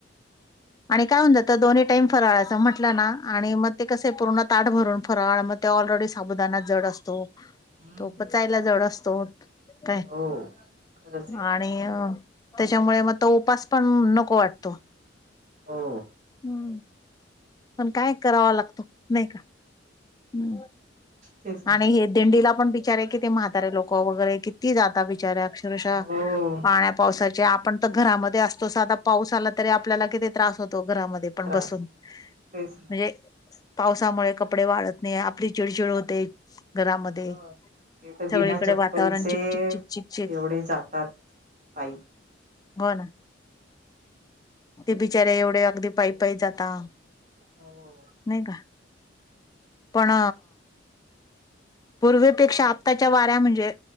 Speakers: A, on the left; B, on the right.
A: आणि काय होऊन जातं दोन्ही टाईम फराळाचं म्हटलं ना आणि मग ते कसं पूर्ण ताट भरून फराळ म त्यो ऑलरेडी साबुदाना जड असतो,
B: हम्म
A: तो पचायला जड असतोत काय.
B: हो. खरंच आहे.
A: आणि अ त्याच्यामुळे मग तो उपास पण नको वाटतो.
B: हो
A: हम्म. पण काय करावा लागतो नाही का. हम्म
B: तेच ना.
A: आणि हे दिंडीला पण बिचारे आहे किती म्हा तारे लोक वगैरे किती जाता बिचारे अक्षरशा
B: हो
A: पाण्या पावसाचे आपण तर घरामध्ये असतो साधा पाऊस आला तरी आपल्याला किती त्रास होतो घरामध्ये पण
B: त्रास
A: बसून.
B: तेच. ना.
A: म्हणजे पावसामुळे कपडे वाळत नाय आपली चिडचिड होते घरामध्ये.
B: हो ते तर
A: सगळीकडे
B: बिना चप्पलचे
A: वातावरण चिकचिक चिकचिक चिक
B: एवढे जातात पायी.
A: हो ना. ते बिचारे एवढे अगदी पायी पायी जाता
B: हो.
A: नाय का. पण पूर्वेपेक्षा आत्ताच्या वाऱ्या म्हणजे,